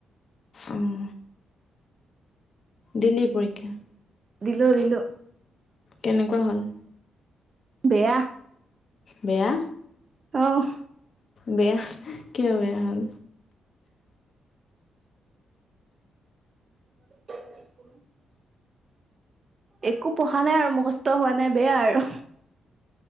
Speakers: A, on the left (about 45°); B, on the right (about 35°).
A: উম দিলি পৰীক্ষা?
B: দিলোঁ - দিলোঁ।
A: কেনেকুৱা হ'ল?
B: বেয়া।
A: বেয়া
B: অহ
A: বেয়া কিয় বেয়া হ'ল?
B: <unintelligible> একো পঢ়া নাই আৰু মুখস্থ হোৱা নাই বেয়া আৰু।